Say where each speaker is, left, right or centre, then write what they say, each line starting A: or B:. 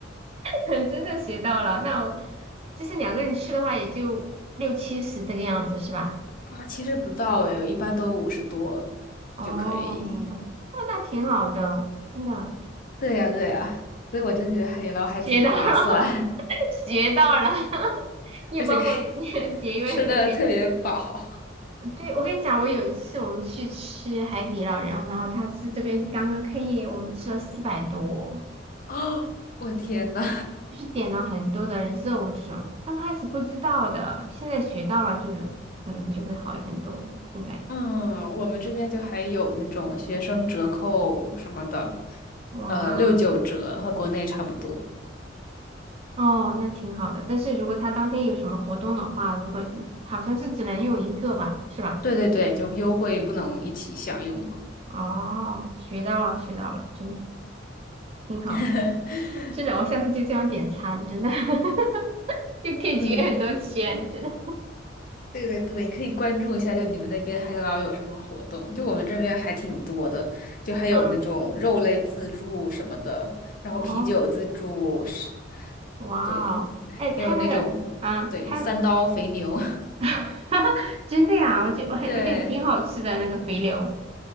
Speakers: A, on the right; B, on the left.
A: <laughs> 真的学到了。那我就是两个人吃的话，也就六七十这个样子，是吧？
B: 啊，其实不到诶，一般都五十多
A: 哦，
B: 就可以。
A: 那那挺好的，真的
B: 对呀对呀，所以我真觉得海底捞还挺划算，
A: 学学到了，<laughs> 学到了，<laughs>
B: <laughs>
A: 又帮我节节约很多钱。
B: 而且可以 <laughs> 吃的特别饱。
A: 对，我跟你讲，我有一次我们去吃海底捞，然后然后他是这边刚刚开业，我们吃了四百多，
B: 哦，我的天呐，
A: 就是点了很多的肉这种，刚开始不知道的，现在学到了就有可能就会好很多。现在
B: 嗯，我们这边就还有那种学生折扣什么的，
A: 哇。
B: 呃，六九折和国内差不多。
A: 哦，那挺好的。但是如果他当天有什么活动的话，如果你好像是只能用一个吧，是吧？
B: 对对对，就优惠不能一起享用嘛。
A: 哦，学到了，学到了，真的挺好的。
B: <laughs>
A: 真的，我下次就这样点餐，真的 <laughs> 就可以节约很多钱，
B: 嗯，
A: 真的。
B: 对对对，你可以关注一下，就你们那边海底捞有什么活动？就我们这边还挺多的，就还有那种肉类自助什么的，
A: 嗯，
B: 然后啤酒自助是，
A: 哦，哇哦，
B: 对，
A: 哎，他那个，
B: 还有那种对三刀肥牛，
A: 啊，他 <laughs> 真的呀，我觉我很我觉得挺好吃的那个肥牛，
B: <laughs> 对，